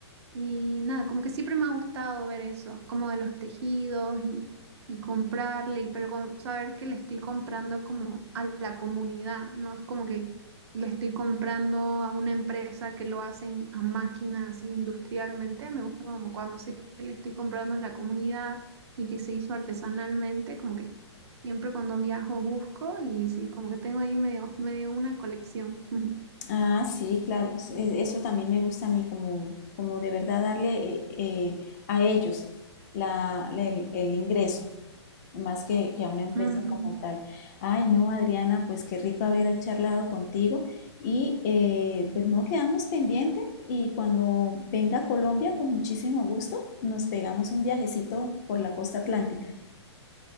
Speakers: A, on the right; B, on the left.
A: Y nada, como que siempre me ha gustado ver eso, como de los tejidos y, y comprarle, y- pero como saber que le estoy comprando como a la comunidad, no es como que le estoy comprando a una empresa que lo hacen a máquina así industrialmente, me gusta como cuando sé que le estoy comprando a la comunidad y que se hizo artesanalmente, como que siempre cuando viajo busco y sí, como que tengo ahí medio, medio una colección. <laughs>
B: Ah, sí, claro, es- es- eso también me gusta a mí, como, como de verdad darle eh, eh, a ellos la, la- el, el ingreso, más que, que a una empresa
A: Ujú.
B: como tal. Ay, no, Adriana, pues qué rico haber charlado contigo y eh, pues no quedamos pendientes y cuando venga a Colombia, con muchísimo gusto, nos pegamos un viajecito por la costa atlántica.